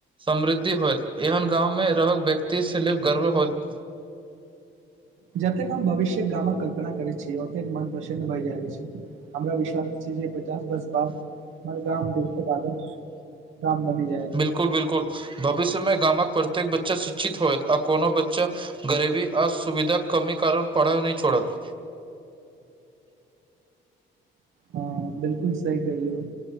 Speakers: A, on the right (about 25°); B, on the right (about 80°).
A: समृद्धि होयत एहन गाँव मे रह व्यक्ति <unintelligible> गर्व होत
B: जतेक हम भविष्य गामक कल्पना करैत छी ओतेक मन प्रसन्न भए जाइत अछि हमरा विश्वास छी जे पचास बर्ष बाद <inaudible> हमर गाम बेहत आदर्श गाँव बनी जाइत
A: बिल्कुल बिल्कुल भविष्य मे गामक प्रत्येक बच्चा शिक्षित होयत आ कोनो बच्चा गरीबी आ सुविधा कमी करन पढ़ल नहि छोड़त
B: हँ बिल्कुल सही कलियौ